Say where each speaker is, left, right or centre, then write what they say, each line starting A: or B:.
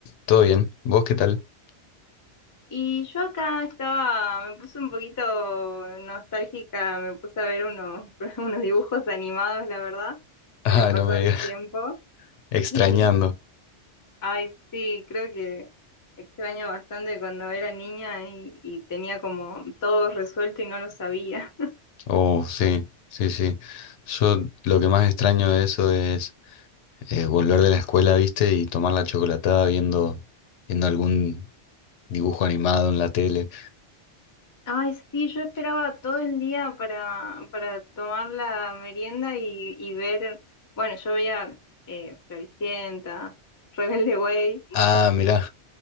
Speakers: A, on the left (about 80°); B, on the left (about 30°).
A: Todo bien. ¿Vos qué tal? <laughs>
B: Y yo acá estaba, me puse un poquito nostálgica, me puse a ver unos, <laughs> unos dibujos animados, la verdad,
A: Ah,
B: para pasar
A: no me digas.
B: el
A: <laughs>
B: tiempo.
A: Extrañando.
B: Sí, ay, sí, creo que extraño bastante cuando era niña y, y tenía como todo resuelto y no lo sabía. <laughs>
A: Oh, sí, sí, sí. Yo lo que más extraño de eso es eh, volver de la escuela, ¿viste? Y tomar la chocolatada viendo, viendo algún dibujo animado en la tele.
B: Ay, sí, yo esperaba todo el día para, para tomar la merienda y, y ver, bueno, yo veía eh, Floricienta, Rebelde Way.
A: Ah, mirá,